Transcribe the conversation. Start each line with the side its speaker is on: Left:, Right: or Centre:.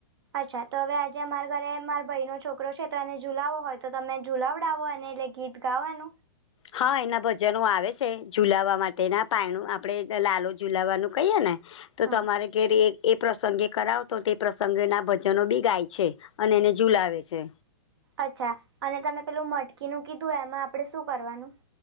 Right: અચ્છા તો હવે આજે અમારા ઘરે માર ભાઈ નો છોકરો છે તો એને ઝૂલાવો હોય તો તમે ઝુલાવડાવો અને એટલે ગીત.. ગાવ એનું.
Left: હા એના ભજનો આવે છે ઝુલાવા માટેના પાાયણું આપડે લાલો ઝુલાવાનું કહીએ ને.. તો
Right: હા
Left: તમારે ઘેર એ એ પ્રસંગે કરાવ તો તે પ્રસંગેનાં ભજન બી ગાય છે. અને એને જુલાવે આવે છે.
Right: અચ્છા અને તમે પેલું મટકીનું કીધું એમાં આપડે શું કરવાનુ?